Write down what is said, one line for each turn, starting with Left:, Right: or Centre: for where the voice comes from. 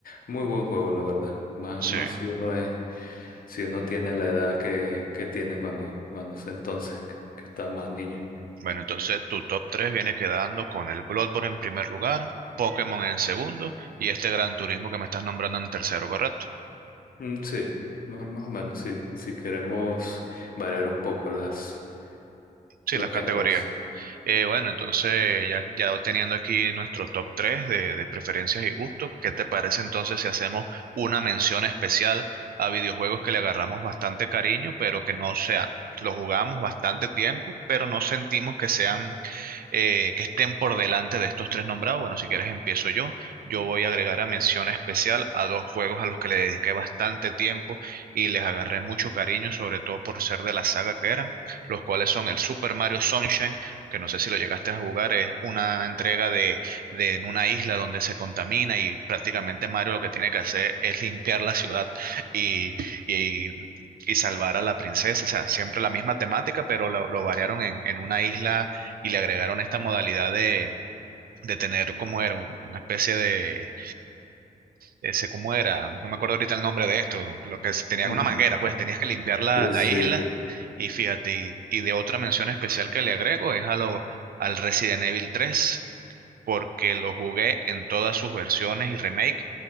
Left: muy buen juego, la verdad. Más,
Right: Sí.
Left: más si uno es, si uno tiene la edad que, que tiene cuando, cuando ese entonces, que, que estaba más niño.
Right: Bueno, entonces tu top 3 viene quedando con el Bloodborne en primer lugar, Pokémon en segundo y este Gran Turismo que me estás nombrando en tercero, ¿correcto?
Left: Mm, sí, más, más o menos, si, si queremos variar un poco las,
Right: Sí,
Left: los
Right: las
Left: géneros.
Right: categorías. Eh, bueno, entonces ya, ya teniendo aquí nuestro top 3 de, de preferencias y gustos, ¿qué te parece entonces si hacemos una mención especial a videojuegos que le agarramos bastante cariño, pero que no sean, los jugamos bastante tiempo, pero no sentimos que sean eh, que estén por delante de estos tres nombrados. Bueno, si quieres empiezo yo. Yo voy a agregar a mención especial a dos juegos a los que le dediqué bastante tiempo y les agarré mucho cariño, sobre todo por ser de la saga que eran, los cuales son el Super Mario Sunshine, que no sé si lo llegaste a jugar, es una entrega de, de en una isla donde se contamina y prácticamente Mario lo que tiene que hacer es limpiar la ciudad y, y y salvar a la princesa. O sea, siempre la misma temática, pero lo, lo variaron en, en una isla y le agregaron esta modalidad de, de tener como era una especie de, ese cómo era, no me acuerdo ahorita el nombre de esto, lo que es- tenía
Left: Ujú.
Right: una manguera, pues tenías que limpiar la,
Left: Sí,
Right: la
Left: sí.
Right: isla y fíjate, y, y de otra mención especial que le agrego es a lo, al Resident Evil tres porque lo jugué en todas sus versiones y remake,